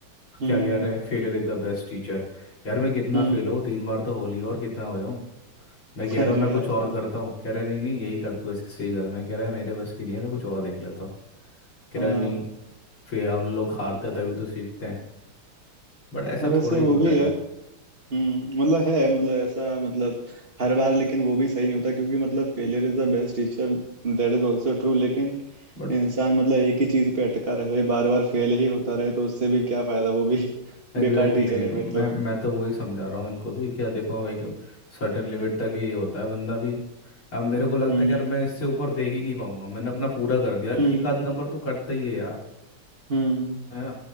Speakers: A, on the right; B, on the left.
A: हम्म
B: क्या कह रहे हैं failure is the best teacher यार मैं कितना
A: हम्म
B: फेल हूँ तीन बार तो होली और कितना हो जाऊँ मैं कह
A: अरे
B: रहा हूँ मैं कुछ
A: यार
B: और करता हूँ कह रहा है नहीं नहीं यही कर तू ऐसे सी कर मैं कह रहा है मेरे बस की नहीं है मैं कुछ और देख लेता हूँ कह
A: हाँ
B: रहा है, नहीं फिर हम लोग हारते तभी तो सीखते हैं बट ऐसा
A: हाँ, वैसे
B: थोड़ा ही
A: वो
B: होता
A: भी
B: है यार
A: है हम्म मतलब है मतलब ऐसा मतलब हर बार लेकिन वो भी सही नहीं होता क्योंकि मतलब failure is the best teacher that is also true लेकिन
B: बट
A: इंसान मतलब एक ही चीज पे अटका रहे बार बार फेल ही होता रहे तो उससे भी क्या फायदा वो भी <laughs>
B: एग्जैक्टली
A: बेकार टीचर
B: exactly,
A: है फिर
B: मैं
A: तो
B: मैं तो वही समझा रहा हूँ इनको भी क्या देखो एक सर्टेन लिमिट तक ही होता है बंदा भी अब मेरे को लगता
A: हम्म
B: है कि यार मैं इससे ऊपर दे ही नहीं पाऊंगा मैंने अपना पूरा कर दिया यार
A: हम्म
B: एक आध नंबर तो कटता ही है यार
A: हम्म
B: है ना